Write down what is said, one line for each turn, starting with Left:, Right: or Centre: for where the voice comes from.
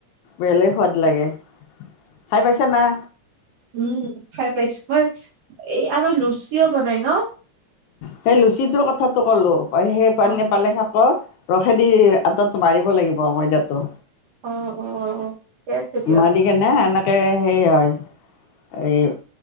Left: বেলেগ সোৱাদ লাগে। খাই পাইছা না?
Right: উম, খাই পাইছোঁ মই, এই আৰু লুচিও বনাই ন?
Left: সেই লুচিটোৰ কথাটো ক'লো, পা-সেই পালে-পালেং
Right: অ',
Left: শাকৰ। ৰসেদি আটাতো মাৰিব লাগিব, ময়দাটো।
Right: অ, অ, অ, অ, ঠিকে আছে দিয়ক।
Left: মাৰি <unintelligible> এই